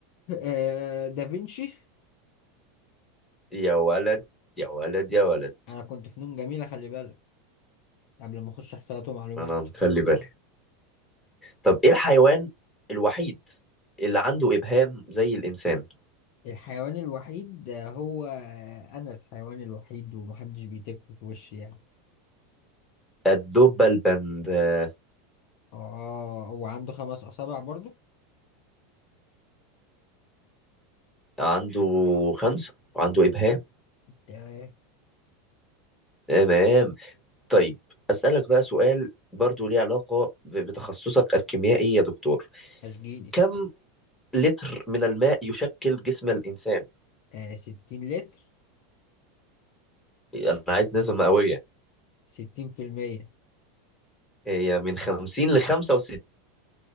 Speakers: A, on the left; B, in the centre.
A: آه، دافنشي
B: يا ولد يا ولد يا ولد
A: انا كنت فنون جميلة خلي بالك قبل ما اخش حسابات ومعلومات
B: انا مخلي بالي طب ايه الحيوان الوحيد اللي عنده ابهام زي الانسان
A: الحيوان الوحيد هو انا الحيوان الوحيد ومحدش بيتف في وشي يعني
B: الدب البند آه،
A: اه هو عنده خمس اصابع برضو
B: عنده خمسة وعنده إبهام
A: ده
B: تمام طيب أسألك بقى سؤال برضو ليه علاقة ب- بتخصصك الكيميائي يا دكتور
A: اشجيني
B: كم لتر من الماء يشكل جسم الإنسان؟
A: آه ستين لتر
B: أنا عايز نسبة مئوية
A: ستين في المية
B: هي من 50 ل 65